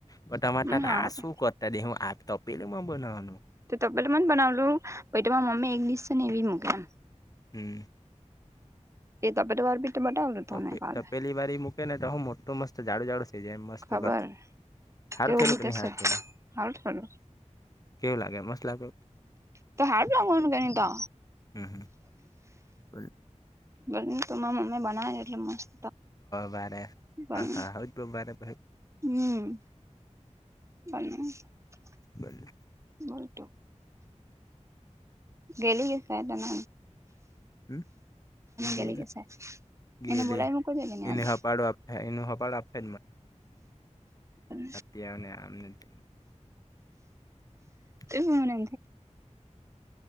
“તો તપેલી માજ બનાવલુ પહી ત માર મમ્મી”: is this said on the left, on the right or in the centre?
Right